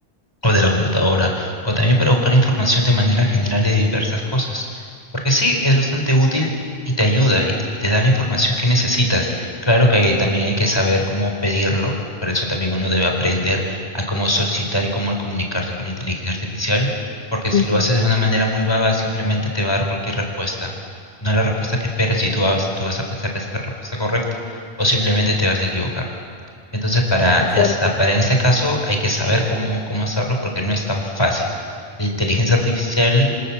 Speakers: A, on the left; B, on the left.
A: o de la computadora, o también para buscar información de manera general de diversas cosas. Porque sí, es bastante útil y te ayuda y, y te da la información que necesitas. Claro que hay- también hay que saber cómo pedirlo, para eso también uno debe aprender a cómo solicitar y cómo comunicarse con la inteligencia artificial, porque si
B: ujú.
A: lo haces de una manera muy vaga, simplemente te va a dar cualquier respuesta. No la respuesta que esperas y tú vas, tú vas a pensar que esa es la respuesta correcta, o simplemente te vas a equivocar. Entonces, para,
B: Es
A: hasta
B: cierto.
A: para en este caso hay que saber cómo, cómo hacerlo porque no es tan fácil. La inteligencia artificial